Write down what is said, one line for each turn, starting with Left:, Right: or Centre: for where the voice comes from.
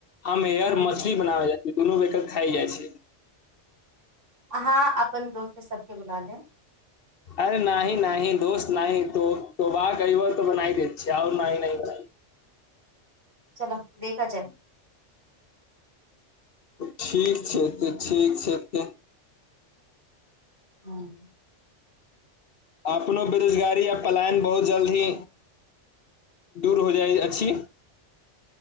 Left: हम एहर
Right: ह
Left: मछली बनाबै दुनू मिलकर खाइ जाइ छै
Right: हँ अपन दोस्त सबके बुला लेब
Left: अरे नाहि नाहि दोस्त नाहि तो तो वाह की बार तो बनाइ दे छ आओर नहि नहि बना
Right: चल देखल चाही
Left: ठीक छै तऽ ठीक छै तऽ
Right: हँ
Left: अपनो बेरोजगारी य पलायन बहुत जल्द ही दूर हो जाइ अछि